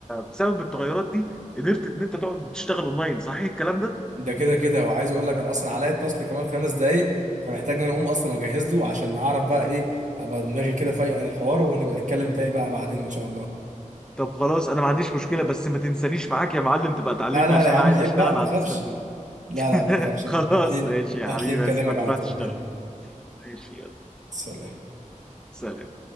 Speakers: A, in the centre; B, on the right.
A: بسبب التغيرات دي قدرت ان انت تقعد وتشتغل اونلاين صحيح الكلام ده
B: ده كده كده وعايز اقول لك انا اصلا عليا التاسك كمان خمس دقايق فمحتاج ان انا اقوم اصلا واجهز له عشان اعرف بقى ايه ابقى دماغي كده فايقه للحوار ونبقى نتكلم تاني بقى بعدين ان شاء الله
A: طب خلاص انا ما عنديش مشكلة بس ما تنسانيش معاك يا معلم تبقى تعلمني
B: لا لا
A: عشان
B: لا يا عم
A: انا عايز
B: عيب
A: اشتغل
B: بقى ما
A: على
B: تخافش
A: التاسكات دي
B: لا لا
A: <laughs>
B: ما تخافش
A: خلاص
B: هتلاقي
A: ماشي يا
B: هتلاقي
A: حبيبي
B: مكلمك
A: هسيبك
B: على
A: تروح
B: طول
A: تشتغل
B: يلا
A: ماشي يلا
B: سلام
A: سلام